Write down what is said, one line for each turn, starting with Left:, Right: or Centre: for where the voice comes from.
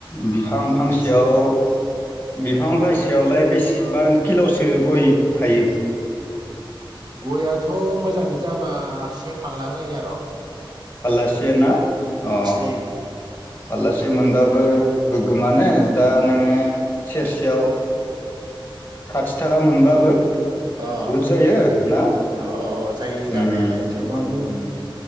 Left: बिफां फांसेयावलाय
Right: गिबि समाव
Left: बिफां फांसेयावलाय बेसेबां किल'सो गय थायो।
Right: गययाथ मोजाङै जाबा से फारला जायो आर'।
Left: फाल्लासे ना अ
Right: जायो
Left: फाल्लासे मोनबाबो गोग्गोमानो। दा नोङो सेरसेयाव साथि थाखा मोनबाबो।
Right: अ
Left: बुहुद जायो ना
Right: अ अ जायो जानायालाय
Left: उम
Right: थेवबाबो।
Left: उम